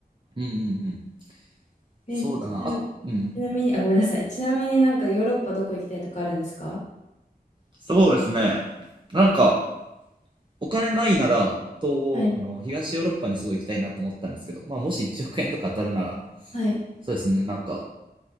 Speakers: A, on the right (about 30°); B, on the left (about 45°).
A: うんうんうん
B: で、
A: そうだな。
B: ちなちなみに、
A: あ、うん。
B: あ、ごめんなさい。ちなみになんかヨーロッパどこ行きたいとかあるんですか
A: そうですね。なんか、お金ないなら、東欧、
B: はい、
A: あの、東ヨーロッパにすごい行きたいなと思ったんですけど、まあ、もし1億円とか当たるなら、
B: はい、
A: そうですね。なんか、